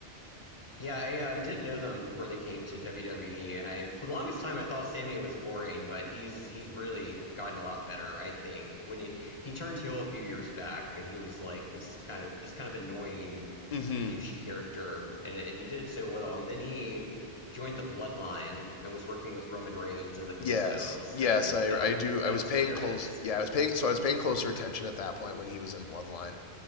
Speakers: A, on the left; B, on the left.
A: Yeah, I um, didn't know them before they came to WWE, and I for the longest time I thought Sammy was boring, but he's he's really gotten a lot better, I think. When he he turned heel a few years back, and he was like this kind of this kind of annoying
B: Mm-hmm.
A: douchey character, and, and he did it so well. And then he joined the Bloodline and was working with Roman Reigns and the Usos,
B: Yes, yes,
A: and
B: I
A: that
B: I do. I
A: that
B: was
A: was
B: paying
A: hilarious.
B: close. Yeah, I was paying. So I was paying closer attention at that point when he was in Bloodline.